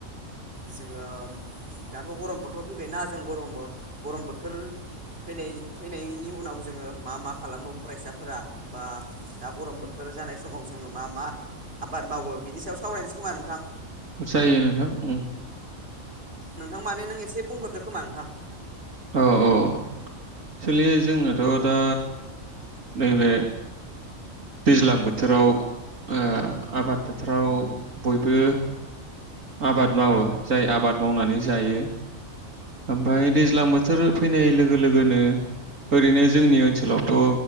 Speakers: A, on the right; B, on the right.
A: जोङो दाथ' गरम बोथोर फैबाय ना जों गम गरम बोथोर फैनाय फैनाय बिनि उनाव जोङो मा मा खालामो फरायसाफोरा बा दा गरम बोथोर जानाय समाव जोङो मा मा आबाद मावो बिनि सायाव सावरायनोसै खोमा नोंथां
B: जायो नोंथां म
A: नोंथां माने नों एसे बुंहरदो खोमा नोंथां
B: औ औ एक्सुलि जोंनाथ' दा नैबे दैज्लां बोथोराव ओ आबाद बोथोराव बयबो आबाद मावो जाय आबाद मावनानै जायो ओमफ्राय दैज्लां बोथोर फैनाय लोगो लोगोनो ओरैनो जोंनि ओनसोलावथ'